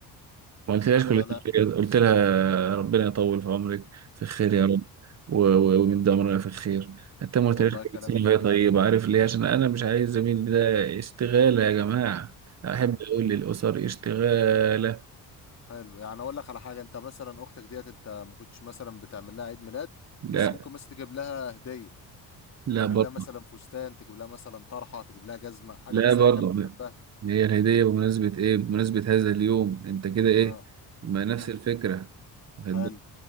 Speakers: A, on the right (about 40°); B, on the left (about 40°).
A: ما قلتلهاش
B: لا
A: كل
B: لا لا.
A: شيء قلت لها ربنا يطول في عمرك في خير
B: امم
A: يا رب و- و- ويمد عمرنا في الخير حتى ما قلتلهاش
B: والله
A: كل
B: كلام
A: سنة
B: جميل
A: وهي طيبة عارف ليه عشان أنا مش عايز زميلي ده اشتغالة يا جماعة أحب
B: مم.
A: أقول للأسر اشتغالة
B: حلو يعني اقول لك على حاجه انت مثلا اختك ديت انت ما كنتش مثلا بتعمل لها عيد ميلاد
A: لا
B: بس ممكن مثلا تجيب لها هديه
A: لا
B: تجيب
A: برضه
B: لها مثلا فستان تجيب لها مثلا طرحه تجيب لها جزمه حاجه
A: لا
B: مثلا
A: برضه
B: هي كانت بتحبها
A: هي الهدية بمناسبة إيه بمناسبة هذا اليوم أنت كده إيه
B: اه
A: ما نفس
B: امم
A: الفكرة واخد
B: حلو
A: بالك؟